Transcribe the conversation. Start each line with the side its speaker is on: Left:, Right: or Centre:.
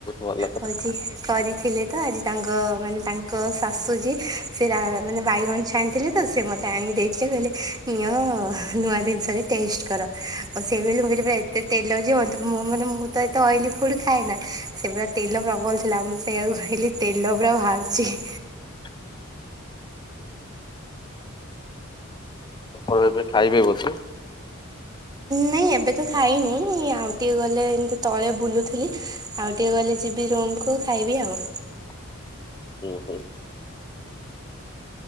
Left: ଭଲ କଥା
Right: ହଉଛି କରିଥିଲେ। ତ ଆଜି ତାଙ୍କ ମାନେ ତାଙ୍କ ଶାଶୁ ଯିଏ ସେ ମାନେ ବାଇଗଣ ଛାଣିଥିଲେ ତ ସେ ମତେ ଆଣି ଦେଇଥିଲେ କହିଲେ ନିଅ ନୂଆ ଜିନିଷ <unintelligible> ଟେଷ୍ଟ୍ କର ମୁଁ ସେଇଆ କହିଲି <unintelligible> <unintelligible> ମୁଁ ମାନେ ମୁଁ ମୁଁ ତ ଏତେ ଅଏଲି ଫୁଡ୍ ଖାଏନା ସେ ପୁରା ତେଲ ପ୍ରବଳ ଥିଲା ମୁଁ ସେଇଆକୁ କହିଲି ତେଲ ପୁରା ବାହାରୁଛି। <inaudible>
Left: <unintelligible> ଆପଣ ଏବେ ଖାଇବେ ବୋଧେ?
Right: ନାଇଁ ଏବେ ତ ଖାଇନି ଆଉ ଟିକେ ଗଲେ ଏମତି ତଳେ ବୁଲୁଥିଲି ଆଉ ଟିକେ ଗଲେ ଯିବି ରୁମ୍ କୁ ଖାଇବି ଆଉ।
Left: <unintelligible>